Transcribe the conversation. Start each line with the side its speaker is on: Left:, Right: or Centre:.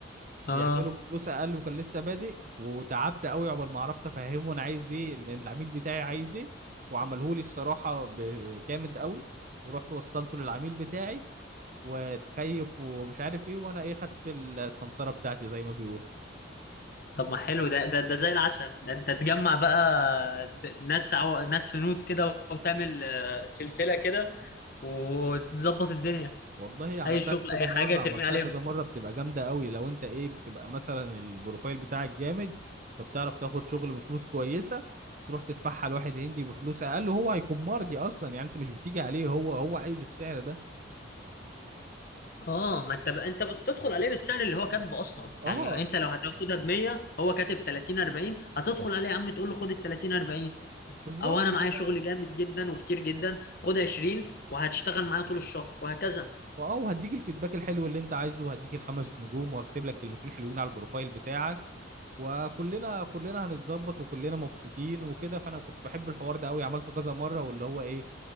Left: اه
Right: يعمله بفلوس اقل وكان لسه بادئ وتعبت قوي عقبال ما عرفت افهمه انا عايز ايه لان العميل بتاعي عايز ايه وعمله لي الصراحه ب- جامد قوي ورحت وصلته للعميل بتاعي وتكيف ومش عارف ايه وانا ايه خدت السمسره بتاعتي زي ما بيقولوا
Left: طب ما حلو ده ده ده زي العسل ده انت تجمع بقى د- ناس عو... ناس هنود كده وتعمل آه، سلسلة كده وتظبط الدنيا
Right: والله عملتها
Left: اي شغل
Right: كذا
Left: اي
Right: مره
Left: حاجة ترمي
Right: عملتها
Left: عليهم
Right: كذا مره بتبقى جامده قوي لو انت ايه بتبقى مثلا البروفايل بتاعك جامد فبتعرف تاخد شغل بفلوس كويسه وتروح تدفعها لواحد هندي بفلوس اقل وهو هيكون مرضي اصلا يعني انت مش بتيجي عليه هو هو عايز السعر ده
Left: اه ما انت ب... انت بتدخل عليه بالسعر اللي هو كاتبه اصلا
Right: اه
Left: يعني انت لو هتاخدها ب 100 هو كاتب 30 40 هتدخل عليه يا عم تقول له خد ال 30 40
Right: بالظبط
Left: او انا معايا
Right: كده
Left: شغل جامد جدا وكتير جدا خد 20 وهتشتغل معايا طول الشهر وهكذا
Right: اه وهديك الفيدباك الحلو اللي انت عايزه وهديك الخمس نجوم وهكتب لك كلمتين حلوين على البروفايل بتاعك وكلنا كلنا هنتظبط وكلنا مبسوطين وكده فانا كنت بحب الحوار ده قوي عملته كذا مره واللي هو ايه